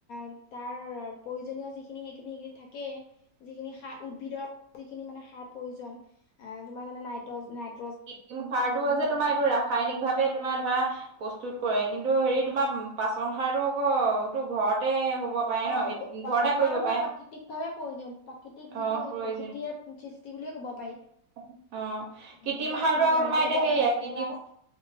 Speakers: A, on the left; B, on the right.
A: <unintelligible> তাৰ প্ৰয়োজনীয় যিখিনি যিখিনি সেইখিনি থাকেই, যিখিনি সাৰ উদ্ভিদৰ যিখিনি মানে সাৰ প্ৰয়োজন এ তোমাৰ যেনে নাইট্ৰজ, নাইট
B: কৃত্ৰিম সাৰটোও যে তোমাৰ এইটো ৰাসায়নিক ভাৱে ভাবে তোমাৰ ধৰা প্ৰস্তুত কৰে কিন্তু হেৰি তোমাৰ পাচন সাৰটো আকৌ টো ঘৰতে হ'ব পাৰে
A: অ'
B: ন
A: পাচন
B: ঘৰতে
A: সাৰটো
B: কৰিব
A: তোমাৰ
B: পাৰে
A: প্ৰাকৃতিক ভাৱে প্ৰয়োজন প্ৰাকৃতিক
B: অ
A: যিটো সেই
B: প্ৰয়োজন
A: প্ৰকৃতিয়ে সৃষ্টি বুলিয়ে ক'ব পাৰি।
B: অ' কি
A: অ,
B: কৃত্ৰিম
A: ইয়াত
B: সাৰটো
A: নাইট্ৰজেন
B: তোমাৰ এতিয়া সেই
A: ফচফৰাছ
B: কৃত্ৰিম,